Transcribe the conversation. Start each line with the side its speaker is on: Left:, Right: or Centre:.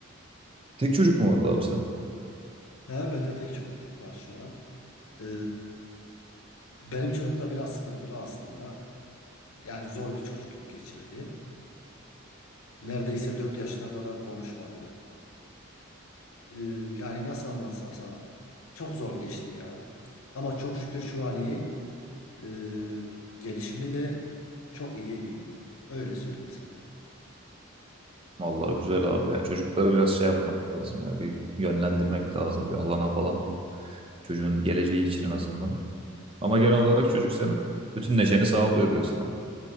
Right: Tek çocuk mu vardı abi senin?
Left: He, bende tek çocuk var şu an. Ee, benim çocuk da biraz sıkıntılı aslında. Yani zor bir çocukluk geçirdi. Neredeyse 4 yaşına kadar konuşmadı. Ee, yani nasıl anlatsam sana? Çok zor geçti ya. Ama çok şükür şu an iyi. Ee, gelişimi de çok iyiye gidiyor. Öyle söyleyeyim sana.
Right: Vallahi güzel abi ya. Çocukları biraz şey yapmak lazım ya. Bir yönlendirmek lazım bir alana falan. Çocuğun geleceği için en azından. Ama genel olarak çocuk senin bütün neşeni sağlıyor diyorsun ha.